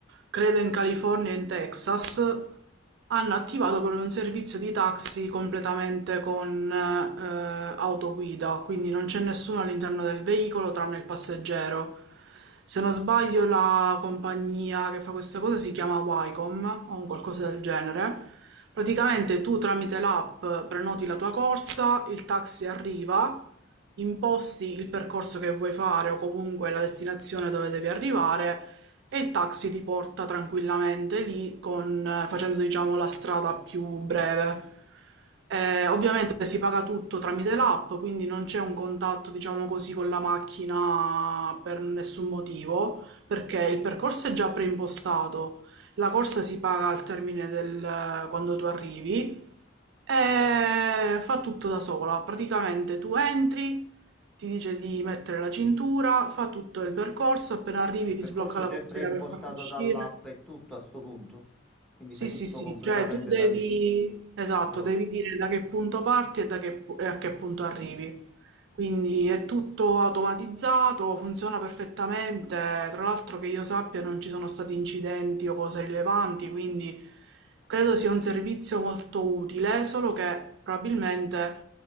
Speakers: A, on the right; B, in the centre.
A: credo in California e in Texas, hanno attivato proprio un servizio di taxi completamente con eh, autoguida, quindi non c'è nessuno all'interno del veicolo tranne il passeggero. Se non sbaglio la compagnia che fa questa cosa si chiama Wycom o un qualcosa del genere. Praticamente tu tramite l'app prenoti la tua corsa, il taxi arriva, imposti il percorso che vuoi fare o comunque la destinazione dove devi arrivare e il taxi ti porta tranquillamente lì con, eh, facendo diciamo la strada più breve. Eh, ovviamente si paga tutto tramite l'app, quindi non c'è un contatto, diciamo così, con la macchina per nessun motivo, perché il percorso è già preimpostato. La corsa si paga al termine del eh, quando tu arrivi e fa tutto da sola. Praticamente tu entri, ti dice di mettere la cintura, fa tutto il percorso, appena arrivi
B: Il
A: ti
B: percorso
A: sblocca la
B: già
A: portiera
B: è preimpostato
A: per farti uscire.
B: dall'app e tutto a sto punto, quindi
A: Sì,
B: fai tutto
A: sì, sì,
B: completamente
A: cioè tu devi,
B: da lì.
A: esatto,
B: È buono.
A: devi dire da che punto parti e, da che pu- e a che punto arrivi. Quindi è tutto automatizzato, funziona perfettamente. Tra l'altro che io sappia non ci sono stati incidenti o cose rilevanti, quindi credo sia un servizio molto utile, solo che probabilmente